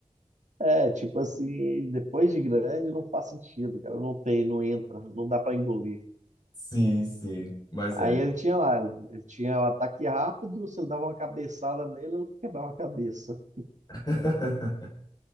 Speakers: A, on the right; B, on the left.
A: É, tipo assim, depois de grande não faz sentido, cara, não tem, não entra, não dá pra engolir.
B: Sim, sim. Mas
A: Aí
B: é.
A: ele tinha lá, ele tinha o ataque rápido, se ele dava uma cabeçada nele, ele quebrava a cabeça.
B: <laughs>